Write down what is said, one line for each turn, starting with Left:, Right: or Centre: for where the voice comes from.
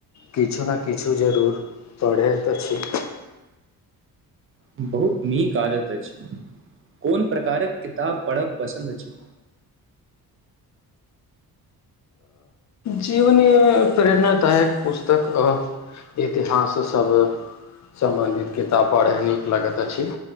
Left: किछु ने किछु जरूर पढ़ैत अछि
Right: बहुत नीक आदत अछि कोन प्रकारक किताब पढ़ब पसन्द अछि
Left: जीवनीय प्रेरणादायक पुस्तक आ इतिहास सब सम्बन्धित किताब पढ़य नीक लगैत अछि